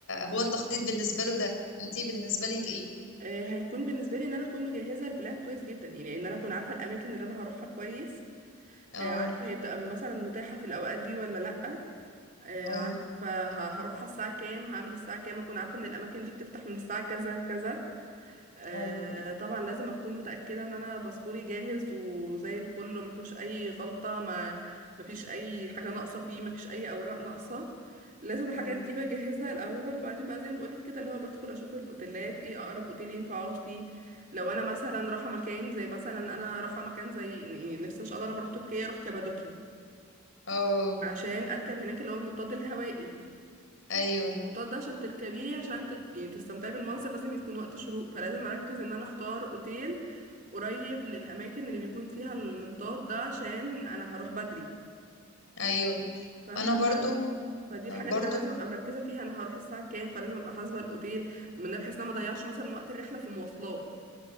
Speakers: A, on the left (about 70°); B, on the right (about 40°).
A: هو التخطيط بالنسبة له ده انتي بالنسبة لك ايه
B: آه، هيكون بالنسبه لي ان انا اكون مجهزه البلان كويس جدا يعني ان انا اكون عارفه الاماكن اللي انا هروحها كويس
A: اه
B: آه، عارفه هي بتبقى مثلا متاحه في الاوقات دي ولا لا آه،
A: ايوه
B: عارفه ه- هروحها الساعه كام هعمل الساعه كام اكون عارفه ان الاماكن دي بتفتح من الساعه كذا لكذا آه،
A: ايوه
B: طبعا لازم اكون متاكده ان انا باسبوري جاهز وزي الفل وما فيهوش اي غلطه ما ما فيش اي حاجه ناقصه فيه ما فيش اي اوراق ناقصه لازم الحاجات
A: اه
B: دي بجهزها الاول وبعدين بقى زي ما بقولك كده اللي هو بدخل اشوف الاوتيلات ايه اقرب اوتيل ينفع اقعد فيه لو انا مثلا رايحه مكان زي مثلا انا رايحه مكان زي يعني نفسي ان شاء الله لما اروح تركيا اروح كابادوكيا
A: اه
B: عشان اركب هناك اللي هو المنطاد الهوائي
A: ايوه
B: المنطاد ده عشان تركبيه عشان تت... يعني تستمتعي بالمنظر لازم يكون وقت شروق فلازم اركز ان انا اختار اوتيل قريب للاماكن اللي بيكون فيها المنطاد ده عشان انا هروح بدري
A: ايوه
B: فاهمه
A: انا برضو
B: ف... فدي الحاجات
A: برضو
B: اللي انا لازم ابقى مركزه فيها انا هروح الساعه كام فلازم ابقى حاسبه الاوتيل من ده بحيث ان انا ما اضيعش مثلا وقت الرحله في مواصلات